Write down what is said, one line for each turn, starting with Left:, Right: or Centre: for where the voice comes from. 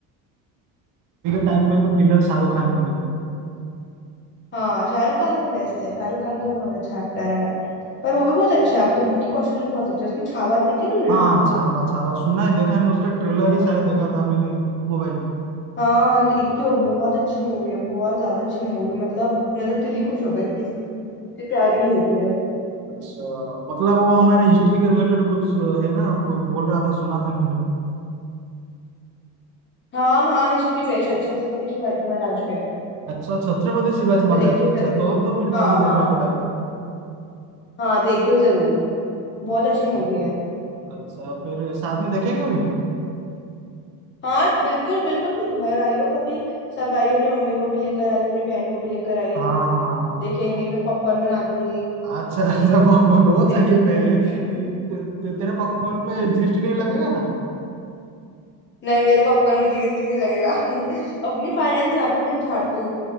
Right: अभी के टाइम पे तो फिलहाल शाहरुख खान की है।
Left: हाँ शाहरुख खान तो बेस्ट है शाहरुख खान तो बहुत अच्छा एक्टर है पर वो भी बहुत अच्छा है अब तो विक्की कौशल भी बहुत अच्छा है उसकी छावा देखी है तूने
Right: हाँ छावा छावा सुना है देखा नहीं उसका ट्रेलर
Left: हाँ
Right: ही शायद देखा था मैंने मोबाइल पे
Left: हाँ, देखी हो बहुत अच्छी मूवी है बहुत ज्यादा अच्छी मूवी मतलब मेरे तो दिल ही खुश हो गया इतनी इतनी प्यारी मूवी है
Right: अच्छा मतलब वो हमारे हिस्ट्री के रिलेटेड कुछ है ना कोई बोल रहा था सुना था मैंने
Left: हाँ हाँ हिस्ट्री पे छ- छत्रपति शिवाजी महाराज पे है
Right: अच्छा छत्रपति शिवाजी महाराज
Left: वो देखियो
Right: अच्छा तो तो फिर
Left: हाँ
Right: जरूर
Left: हाँ
Right: देखना
Left: हाँ
Right: पड़ेगा
Left: हाँ देखियो जरूर बहुत अच्छी मूवी
Right: हाँ
Left: है
Right: अच्छा फिर साथ में देखेंगे भी
Left: हाँ बिल्कुल बिल्कुल तू घर आइयो कभी सब आइयो अपनी मम्मी को भी लेकर आइयो अपनी बहन को भी लेकर आइयो
Right: हाँ हाँ
Left: देखेंगे मैं पॉपकॉर्न बना दूंगी
Right: अच्छा अच्छा पॉपकॉर्न वो
Left: देखेंगे
Right: चाहिए पहले
Left: बैठ
Right: ते,
Left: के।
Right: ते, तेरे पॉपकॉर्न
Left: <laughs>
Right: पे
Left: हाँ,
Right: जीएसटी नहीं लगेगा ना
Left: नहीं मेरे पॉपकॉर्न में जीएसटी नहीं लगेगा <laughs> अपनी फाइनेंस यहाँ पर मत झाड़ तू